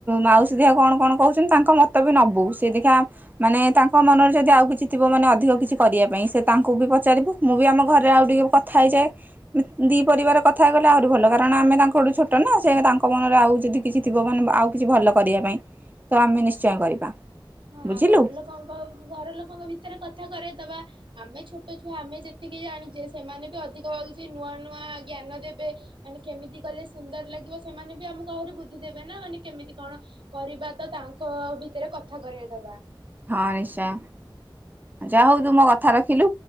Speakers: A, on the right; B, on the right.
A: ମାଉସୀ ଦେଖା କଣ କଣ କୋହୁଚନ୍ତି ତାଙ୍କ ମତ ବି ନବୁ ସେ ଦେଖା ମାନେ ତାଙ୍କ ମନରେ ଯଦି ଆଉ କିଛି ଥିବ ମାନେ ଅଧିକ କିଛି କରିବା ପାଇଁ ସେ ତାଙ୍କୁ ବି ପଚାରିବୁ ମୁଁ ବି ଆମ ଘରେ ଆଉ ଟିକେ କଥା ହେଇଯାଏ। ଉଁ ଦି ପରିବାର କଥା ହେଇଗଲେ ଆହୁରି ଭଲ କାରଣ ଆମେ ତାଙ୍କଠୁ ଛୋଟ ନାଁ ସେ ତାଙ୍କ ମନରେ ଆଉ ଯଦି କିଛି ଥିବ ମାନେ ଆଉ କିଛି ଭଲ କରିବା ପାଇଁ ତ ଆମେ ନିଶ୍ଚୟ କରିବା।
B: ହଁ
A: ବୁଝିଲୁ।
B: ଘର ଲୋକଙ୍କ ଘର ଲୋକଙ୍କ ଭିତରେ କଥା କରେଦବା। ଆମେ ଛୋଟ ଛୁଆ ଆମେ ଯେତିକି ଜାଣିଚେ ସେମାନେ ବି ଅଧିକ ହଉଚି ନୂଆ ନୂଆ ଜ୍ଞାନ ଦେବେ ମାନେ କେମିତି କଲେ ସୁନ୍ଦର ଲାଗିବ ସେମାନେ ବି ଆମୁକୁ ଆହୁରି ବୁଦ୍ଧି ଦେବେ ନା ମାନେ କେମିତି କଣ କରିବା ତ ତାଙ୍କ ଭିତରେ କଥା କରେଇ ଦବା।
A: ହଁ ନିଶ୍ଚୟ। ଯା ହୋଉ ତୁ ମୋ କଥା ରଖିଲୁ